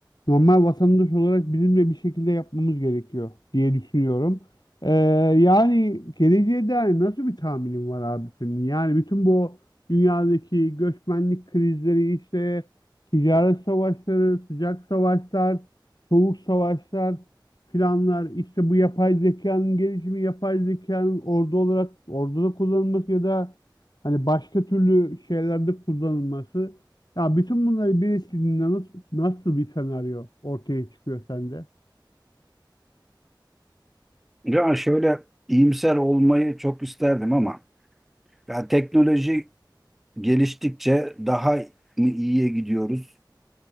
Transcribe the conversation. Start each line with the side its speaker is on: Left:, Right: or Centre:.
Left: normal vatandaş olarak bizim de bir şekilde yapmamız gerekiyor diye düşünüyorum. Ee, yani geleceğe dair nasıl bir tahminin var abi senin? Yani bütün bu dünyadaki göçmenlik krizleri işte ticaret savaşları, sıcak savaşlar, soğuk savaşlar filanlar işte bu yapay zekanın gelişimi, yapay zekanın ordu olarak orduda kullanılması ya da Hani başka türlü şeylerde kullanılması. Ya bütün bunları birleştirdiğinde nasıl, nasıl bir senaryo ortaya çıkıyor sende?
Centre: Ya şöyle iyimser olmayı çok isterdim ama ya teknoloji geliştikçe daha mı iyiye gidiyoruz?